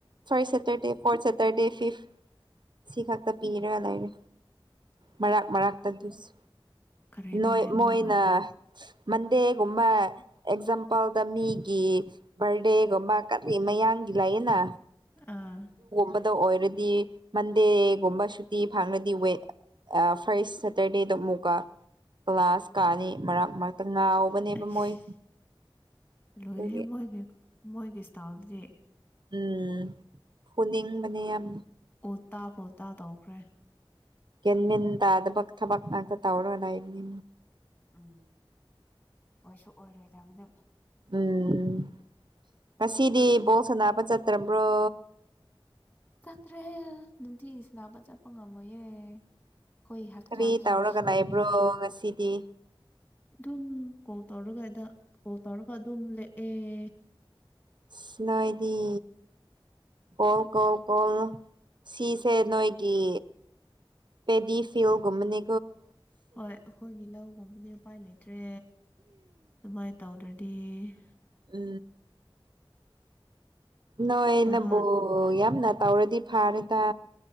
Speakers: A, on the right; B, on the left.
A: ꯐꯥꯔꯁ ꯁꯇꯔꯗꯦ ꯐꯣꯔꯠ ꯁꯦꯇꯔꯗꯦ ꯐꯤꯐ ꯁꯤ ꯈꯥꯛꯇ ꯄꯤꯔꯦꯕ ꯂꯣꯏꯔꯦ ꯃꯔꯛ ꯃꯔꯥꯛꯛꯇ ꯑꯗꯨꯁ
B: ꯀꯔꯤꯅꯣꯅꯦ
A: ꯅꯣꯏꯣꯏ ꯃꯣꯏꯣꯏꯅ
B: ꯅꯣꯏꯒ
A: ꯃꯟꯗꯦꯒꯨꯝꯕ ꯑꯦꯛꯖꯥꯝꯄꯜꯗ ꯃꯤꯒꯤ ꯕꯔꯗꯦꯒꯨꯝꯕ ꯀꯔꯤ ꯃꯌꯥꯡꯒꯤ ꯂꯩꯌꯦꯅ
B: ꯑꯥ
A: ꯑꯗꯣ ꯑꯣꯏꯔꯗꯤ ꯃꯟꯗꯦꯒꯨꯝꯕ ꯁꯨꯇꯤ ꯐꯪꯂꯗꯤ ꯐꯥꯔꯁ ꯁꯦꯇꯔꯗꯦꯗ ꯑꯃꯨꯛꯀ ꯀ꯭ꯂꯥꯁ ꯀꯥꯑꯅꯤ ꯃꯔꯛ ꯃꯔꯛꯇ ꯉꯥꯎꯕꯅꯦꯕ
B: ꯑꯩꯁ
A: ꯃꯣꯏ
B: ꯂꯣꯏꯔꯦꯍꯦ
A: ꯑꯗꯨꯒꯤ
B: ꯃꯣꯏꯒꯤ ꯃꯣꯏꯒꯤ ꯁꯇꯥꯥꯜꯗꯨꯗꯤ
A: ꯎꯝ ꯐꯨꯅꯤꯡ ꯃꯅꯤ ꯌꯥꯝ
B: ꯎꯜꯇꯥ ꯄꯣꯜꯇꯥ ꯇꯧꯈ꯭ꯔꯦ
A: ꯀꯃꯤ ꯇ ꯑꯗꯨꯕꯛ ꯊꯕꯛꯅꯇ ꯇꯧꯣꯂ ꯏꯅꯤ
B: ꯎꯝ ꯑꯣꯏꯁꯨ ꯑꯣꯏꯔꯣꯏꯗꯕꯗ
A: ꯎꯝ ꯉꯁꯤꯗꯤ ꯕꯣꯜ ꯁꯅꯥꯕ ꯆꯠꯇ꯭ꯔꯕ꯭ꯔꯣ
B: ꯇ꯭ꯔꯦꯜ ꯅꯨꯡꯇꯤꯒꯤꯁꯤ ꯅꯥꯕ ꯆꯠꯄ ꯉꯝꯃꯣꯏꯌꯦꯦ ꯀꯣꯏ ꯍꯛꯆꯥꯡꯁꯦ
A: ꯀꯔꯤ ꯇꯧꯔꯒ
B: ꯁꯣꯗꯦꯅꯤ
A: ꯂꯩꯕ꯭ꯔꯣ ꯉꯁꯤꯗꯤ
B: ꯑꯗꯨꯝ ꯀꯣꯜ ꯇꯧꯔꯒꯗ ꯀꯣꯜ ꯇꯧꯔꯒ ꯑꯗꯨꯝ ꯂꯦꯛꯑꯦ
A: ꯁꯤꯅꯣꯏꯔꯤ ꯀꯣꯜ ꯀꯣꯜ ꯀꯣꯜ ꯁꯤꯁꯦ ꯅꯣꯏꯒꯤ ꯄꯦꯗꯤ ꯐꯣꯒꯨꯝꯅꯦ
B: ꯍꯣꯏ ꯑꯩꯈꯣꯏꯒꯤ ꯂꯧꯒꯨꯝꯕꯗꯤ ꯎꯄꯥꯏ ꯂꯩꯇ꯭ꯔꯦ ꯑꯗꯨꯃꯥꯏꯅ ꯇꯧꯗ꯭ꯔꯅꯤ ꯇ
A: ꯎ ꯅꯣꯏ
B: ꯅꯍꯥꯟ
A: ꯅꯕꯨꯣ ꯌꯥꯝꯅ ꯇꯧꯔꯗꯤ ꯐꯥꯔꯦꯗ